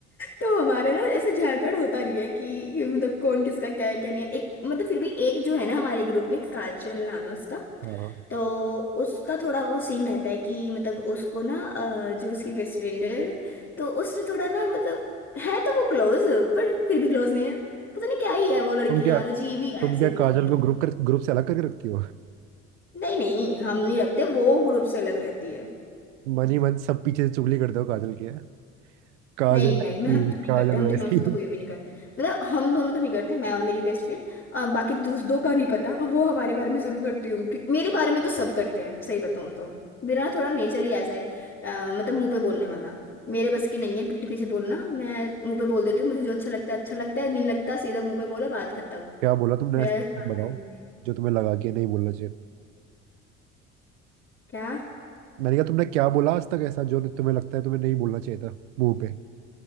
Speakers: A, on the left; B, on the right.
A: तो हमारे ना ऐसे झाड़ पेड़ होता रही है कि ये मतलब कौन किसका क्या है क्या नहीं है एक मतलब फिर भी एक जो है ना हमारे ग्रुप में काजल नाम है उसका
B: हाँ
A: तो उसका थोड़ा वो सीन रहता है कि मतलब उसको ना अ, जो उसकी बेस्ट फ्रेंड है तो उससे थोड़ा ना मतलब है तो वो क्लोज पर फिर भी क्लोज नहीं है पता नहीं क्या ही है वो लड़की
B: तुम क्या
A: यार अजीब ही है
B: तुम
A: सही
B: क्या
A: बताऊं
B: काजल
A: तो।
B: को ग्रुप कर ग्रुप से अलग करके रखती हो
A: नहीं नहीं हम नहीं रखते वो ग्रुप से अलग रहती है
B: मन ही मन सब पीछे से चुगली करते हो काजल की हैं? काजल
A: नहीं भाई
B: ऐसी
A: मैं हम तो नहीं
B: काजल
A: करते हम तीनों
B: वैसी
A: से तो कोई भी नहीं करते मतलब हम दोनों तो नहीं करते मैं और मेरी बेस्ट फ्रेंड बाकी दूस दो का नहीं पता हाँ, वो हमारे बारे में जरूर करती होंगी क्योंकि मेरे बारे में तो सब करते हैं सही बताऊँ तो मेरा ना थोड़ा नेचर ही ऐसा है अ, मतलब मुंह पे बोलने वाला मेरे बस की नहीं है पीठ पीछे बोलना मैं मुंह पे बोल देती हूँ मुझे जो अच्छा लगता है अच्छा लगता है नहीं लगता सीधा मुंह पे बोला बात खत्म
B: क्या बोला तुमने
A: मेरा
B: ऐसा
A: ऐसा
B: तक
A: मानना
B: बताओ
A: ही है
B: जो तुम्हें लगा कि नहीं बोलना चाहिए था
A: क्या
B: मैंने कहा तुमने क्या बोला आज तक ऐसा जो तुम्हें लगता है तुम्हें नहीं बोलना चाहिए था मुंह पे